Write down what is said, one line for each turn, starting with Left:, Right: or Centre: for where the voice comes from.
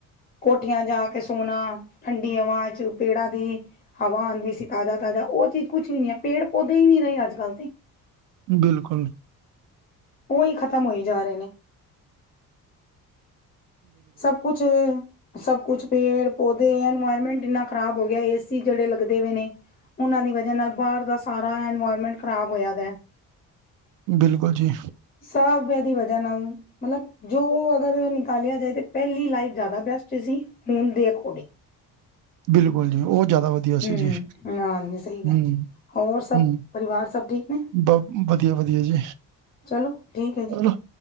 Left: ਕੋਠੀਆਂ ਜਾ ਕੇ ਸੋਣਾ, ਠੰਡੀ ਹਵਾ ਚ ਪੇੜਾ ਦੀ। ਹਵਾ ਆਉਂਦੀ ਸੀ, ਤਾਜ਼ਾ-ਤਾਜ਼ਾ ਉਹ ਚੀਜ਼ ਕੁਝ ਵੀ ਨੀ ਐ। ਪੇੜ- ਪੌਦੇ ਹੀ ਨਹੀਂ ਰਹੇ ਅੱਜ ਕੱਲ ਤੇ।
Right: ਬਿਲਕੁਲ।
Left: ਉਹੀ ਖ਼ਤਮ ਹੋਈ ਜਾ ਰਹੇ ਨੇ। ਸਭ ਕੁੱਛ ਸਭ ਕੁਛ ਪੇੜ-ਪੌਦੇ ਇਨਵਾਇਰਮੈਂਟ ਇੰਨਾ ਖ਼ਰਾਬ ਹੋ ਗਿਆ, ਏਸੀ ਜਿਹੜੇ ਲੱਗਦੇ ਪਏ ਨੇ। ਉਹਨਾਂ ਦੀ ਵਜਾ ਨਾਲ ਬਾਹਰ ਦਾ ਸਾਰਾ ਇਨਵਾਇਰਮੈਂਟ ਖ਼ਰਾਬ ਹੋਇਆ ਵੇਆ।
Right: ਬਿਲਕੁਲ ਜੀ।
Left: ਸਭ ਓਦੀ ਵਜਾ ਨਾਲ ਮਤਲਬ ਜੋ ਅਗਰ ਨਿਕਾਲਿਆ ਜਾਏ ਤਾਂ ਪਹਿਲੀ ਲਾਈਫ ਜ਼ਿਆਦਾ ਬੈਸਟ ਸੀ, ਹੁਣ ਦੇ ਅਕੋਰਡਿੰਗ।
Right: ਬਿਲਕੁਲ ਜੀ, ਉਹ ਜ਼ਿਆਦਾ ਵਧੀਆ
Left: ਹਮ
Right: ਸੀ ਜੀ ਹੂੰ।
Left: ਹਾਂਜੀ ਸਹੀ ਗੱਲ ਹੋਰ ਸਭ
Right: ਹੂੰ
Left: ਪਰਿਵਾਰ ਸਭ ਠੀਕ ਨੇ
Right: ਬ ਵਧੀਆ-ਵਧੀਆ ਜੀ।
Left: ਚਲੋ, ਠੀਕ
Right: ਚਲੋ
Left: ਹੈ ਜੀ।